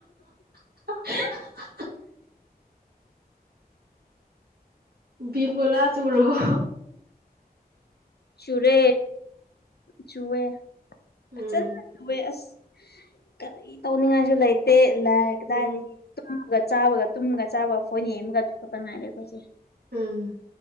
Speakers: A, on the right (about 75°); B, on the left (about 80°).
A: <unintelligible> ꯕꯤꯕꯨꯟꯂ ꯆꯔꯕꯨ
B: ꯆꯨꯔꯦ ꯆꯨꯑꯦ
A: ꯎꯝ
B: ꯐꯖꯅ ꯆꯨꯋꯦ ꯑꯁ ꯀꯔꯤ ꯇꯧꯅꯤꯡꯉꯥꯏꯁꯨ ꯂꯩꯇꯦ ꯂꯩ ꯀꯗꯥꯏꯗꯤ
A: ꯎꯝ
B: ꯇꯨꯝꯃꯒ ꯆꯥꯕꯒ ꯇꯨꯝꯃꯒ ꯆꯥꯕꯒ ꯐꯣꯟ ꯌꯦꯡꯃꯒ ꯑꯗꯨ ꯈꯛꯇꯪ ꯉꯥꯏꯔꯦ ꯑꯩꯈꯣꯏꯁꯦ
A: ꯎꯝ